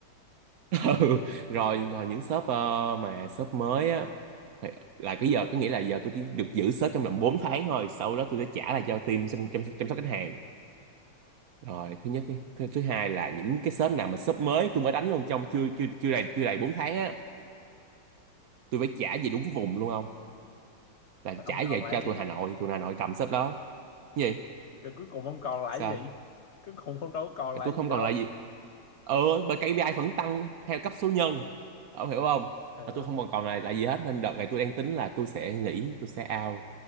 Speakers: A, on the right; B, on the left.
A: <laughs> Ừ. rồi rồi những shop ờ, mà shop mới á Thì là cái giờ có nghĩa là giờ tôi chỉ được giữ sếp trong vòng 4 tháng thôi sau đó tôi sẽ trả lại cho team chăm, chăm, chăm sóc khách hàng rồi thứ nhất đi thứ, thứ hai là những cái sếp nào mà sếp mới tôi mới đánh luôn trong chưa chưa chưa đầy chưa đầy 4 tháng á tôi phải trả về đúng vùng luôn không là
B: rồi
A: trả
B: ông còn
A: về
B: lại
A: cho
B: cái
A: tụi Hà
B: gì
A: Nội tụi Hà Nội cầm sếp đó Cái gì
B: rồi cuối cùng ông còn lại
A: sao
B: cái gì cuối cùng ông đâu có còn
A: Ờ,
B: lại
A: tôi không
B: gì đâu
A: còn là gì ờ bởi KPI vẫn tăng theo cấp số nhân ông hiểu không
B: hiểu
A: là tôi không còn còn là là gì hết nên đợt này tôi đang tính là tôi sẽ nghỉ tôi sẽ out